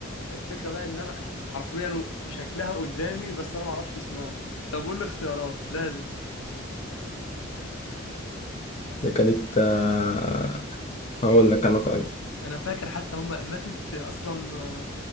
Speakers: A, on the left; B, on the left.
A: الفكرة بقى ان انا حرفيا شكلها قدامي بس انا ما اعرفش اسمها طب قول لي اختيارات لازم
B: اللي كانت آه، هقول لك أنا طيب
A: انا فاكر حتى هم ماتت اصلا آه،